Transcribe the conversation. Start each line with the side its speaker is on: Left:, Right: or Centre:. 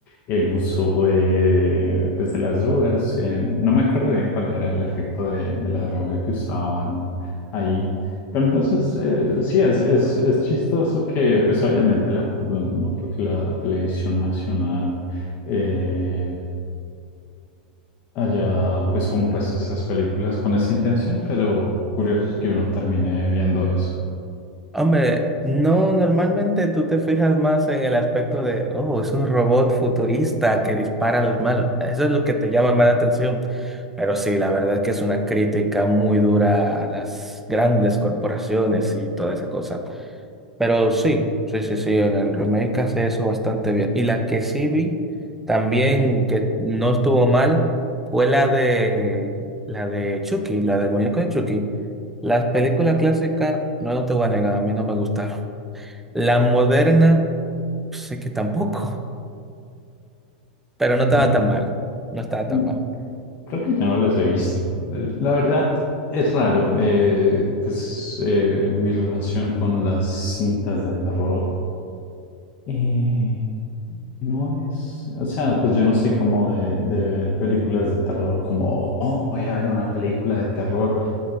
Left: el uso de, pues de las drogas, en- no me acuerdo bien cuál era el efecto de, de la droga que usaban ahí pero entonces, eh, sí, es, es, es chistoso que, pues obviamente, la- no creo que la televisión nacional eh, haya, pues, como puesto esas películas con esa intención, pero curioso es que uno termine viendo eso.
Centre: Hombre, no, normalmente tú te fijas más en el aspecto de, oh, es un robot futurista que dispara a los malos. Eso es lo que te llama más la atención. Pero sí, la verdad es que es una crítica muy dura a las grandes corporaciones y toda esa cosa. Pero sí, sí, sí, sí, en el remake hace eso bastante bien. Y la que sí vi también que no estuvo mal fue la de la de Chucky, la del muñeco de Chucky. Las películas clásicas, no, no te voy a negar, a mí no me gustaron. La moderna, sé que tampoco, pero
Left: Eh,
Centre: no estaba tan mal, no estaba
Left: mm,
Centre: tan mal.
Left: creo que yo no las he visto. De- La verdad es raro. eh, pues eh, mi relación con las cintas de terror eh, no es. O sea, pues yo no soy como de, de ver películas de terror, como, oh, voy a ver una película de terror